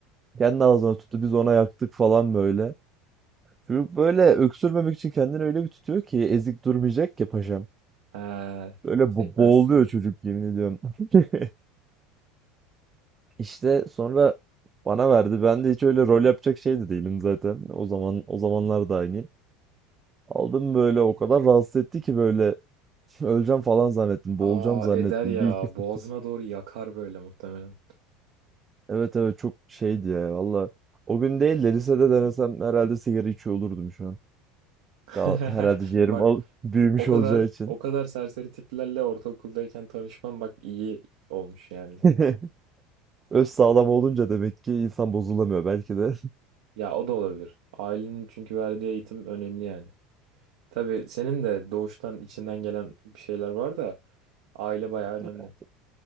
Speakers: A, on the right; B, on the right.
A: kendi ağzına tuttu biz ona yaktık falan böyle. Çocuk böyle öksürmemek için kendini öyle bir tutuyor ki ezik durmayacak ya paşam.
B: He,
A: Böyle bo-
B: sekmez.
A: boğuluyor çocuk yemin ediyorum. <laughs> İşte sonra bana verdi. Ben de hiç öyle rol yapacak şey de değilim zaten. O zaman o zamanlar da aynıyım. Aldım böyle o kadar rahatsız etti ki böyle <laughs> öleceğim falan zannettim. Boğulacağım
B: Aa
A: zannettim.
B: eder ya.
A: Bir iki fır-
B: Boğazına doğru yakar böyle muhtemelen.
A: Evet evet çok şeydi ya valla. O gün değil de lisede denesem herhalde sigara içiyor olurdum şu an.
B: <laughs>
A: Daha herhalde ciğerim
B: Bak
A: al <laughs> büyümüş
B: o kadar
A: olacağı için.
B: o kadar serseri tiplerle ortaokuldayken tanışmam bak iyi olmuş yani.
A: <laughs> Öz sağlam olunca demek ki insan bozulamıyor belki de.
B: Ya o da olabilir. Ailenin çünkü verdiği eğitim önemli yani. Tabii senin de doğuştan içinden gelen bir şeyler var da aile bayağı önemli.
A: <laughs>